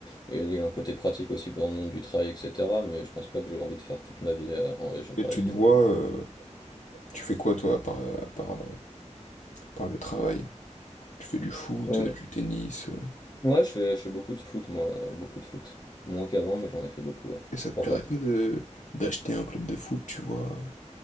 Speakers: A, on the left (about 35°); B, on the left (about 75°).
A: et il y a un côté pratique aussi dans le monde du travail, etc. Mais je pense pas que j'ai envie de faire toute ma vie euh, en région parisienne.
B: Et tu te vois, euh, tu fais quoi toi par, par, par le travail? Tu fais du foot,
A: Euh,
B: euh, du tennis, euh,
A: ouais, je fais, je fais beaucoup de foot, moi, beaucoup de foot. Moins qu'avant, mais j'en ai fait beaucoup, ouais.
B: et ça te
A: Pourquoi?
B: plairait pas de d'acheter un club de foot, tu vois? euh.